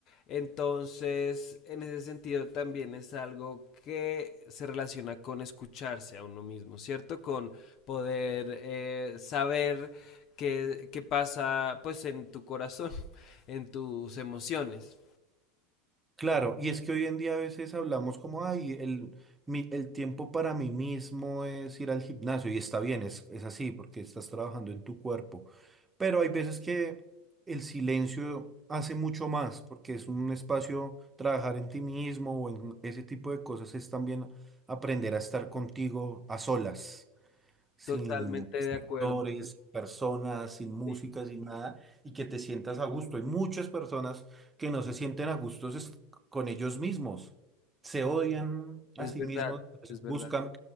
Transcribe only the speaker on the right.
Claro, y es que hoy en día a veces hablamos como, ay, el, mi- el tiempo para mí mismo es ir al gimnasio, y está bien, es, es así, porque estás trabajando en tu cuerpo, pero hay veces que el silencio hace mucho más, porque es un espacio, trabajar en ti mismo o en ese tipo de cosas, es también aprender a estar contigo a solas sin
actores, sin personas, sin música,
sin nada, y que te sientas a gusto. Hay muchas personas que no se sienten a gustos es- con ellos mismos, se odian
a sí
mismos, entonces
buscan